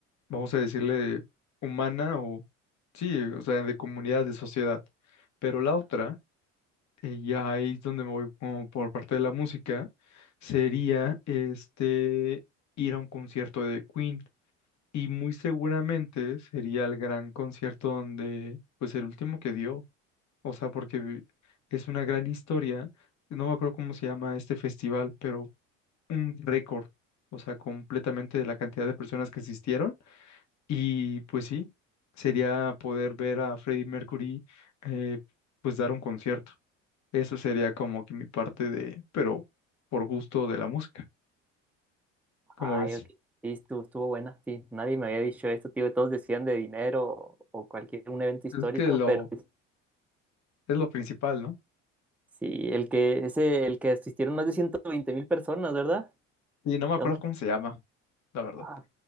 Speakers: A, on the left; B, in the centre.
A: vamos a decirle, humana o sí, o sea, de comunidad, de sociedad. Pero la otra eh, ya ahí es donde me voy como por parte de la música, sería este ir a un concierto de Queen. Y muy seguramente sería el gran concierto donde, pues el último que dio, o sea, porque vi- es una gran historia, no me acuerdo cómo se llama este festival, pero un récord, o sea, completamente de la cantidad de personas que asistieron. Y pues sí, sería poder ver a Freddie Mercury, eh, pues dar un concierto. Eso sería como que mi parte de, pero por gusto de la música, como
B: Ay,
A: ves.
B: ok. Sí, estuvo, estuvo buena, sí. Nadie me había dicho esto, tío. Todos decían de dinero o, o cualquier un evento histórico,
A: Es que lo,
B: pero pues,
A: es lo principal, ¿no?
B: sí, el que, ese, el que asistieron más de 120 mil personas, ¿verdad?
A: Y no me acuerdo
B: ¿De dónde?
A: cómo se llama, la verdad.
B: Ah,